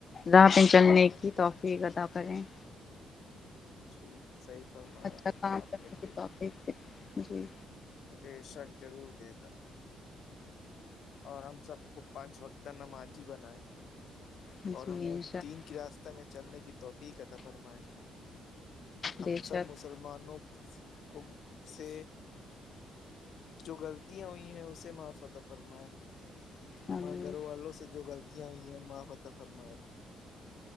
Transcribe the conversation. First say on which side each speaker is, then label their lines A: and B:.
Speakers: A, on the left; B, on the left.
A: را پہ چلنے کی توفی ادا کریں-
B: جی صحیح فرمایا
A: اچھا کام
B: آپ
A: کرنے
B: نے د-
A: کی توفیق دیں۔ جی
B: جی سر ضرور دے گا اور ہم سب کو پانچ وقت نمازی بنائے
A: جی
B: اور ہمیں
A: انشاء
B: تین
A: اللہ،
B: کے راس- چلنے کی توفیع کاتا فرمائے ہم
A: بے شک
B: سب مسلمانوں کب سے جو غلطیاں ہوئی ہیں اسے مفتح فرمائے ہمارے
A: آمین
B: گھر والوں سے جو غلط- یا ہوئی ہیں ماں فتا فرماائے